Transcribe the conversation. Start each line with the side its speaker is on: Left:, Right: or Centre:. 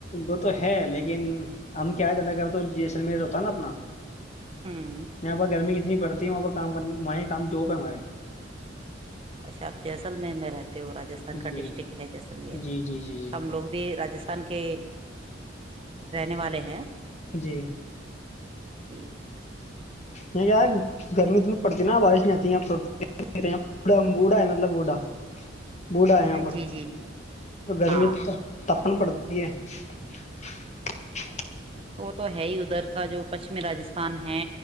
Left: وہ تو ہے لیکن ہم کیا جاتا کر تو جی سللم ہوتا ہے نا اپنا
Right: ہوں
Left: یہاں پ گرمی کتنی ہی پڑتا وہاں کام کر وہ کام دوپہ ہمارے <unintelligible>
Right: اچھا آپ جیسللم میں میں رہتے وہ راستھان کا
Left: جی
Right: ڈسٹرکٹ ہے جیسلمیر
Left: جی جی جی جی
Right: ہم لوگ بھی راستھان کے <unintelligible> رہنے والے ہیں <unintelligible>
Left: جی
Right: جی <unintelligible>
Left: یہ کیا گرمی تو پڑتی نا بارش نہیں آتی بھا ہے مطلب بھا بوٹا یہاں پر
Right: جی جی
Left: تو گرمی
Right: ہاں
Left: تپن پڑتا <unintelligible>
Right: اور <unintelligible> تو ہے ہی ادھر کا جو پشچمی راستھان ہے